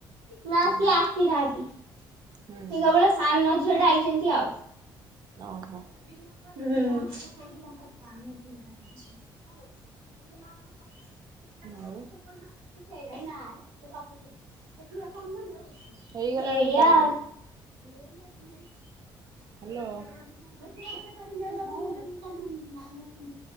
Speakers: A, on the right (about 85°); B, on the right (about 45°).
A: ନା
B: ଅ
A: ସିଏ
B: ହ।
A: ଆସିନାହାନ୍ତି।
B: ହୁଁ।
A: ସେ କେବଳ ସାନ ଝିଅ ଟା ଆଇଚନ୍ତି ଆଉ।
B: ଓହୋଃ।
A: ହୁଁ। <inaudible>
B: ଆଉ?
A: <inaudible> ଏଇଆ
B: ହେଇଗଲାଣି ଟାଇମ
A: ଆଉ।
B: ହ୍ୟାଲୋ।
A: <inaudible>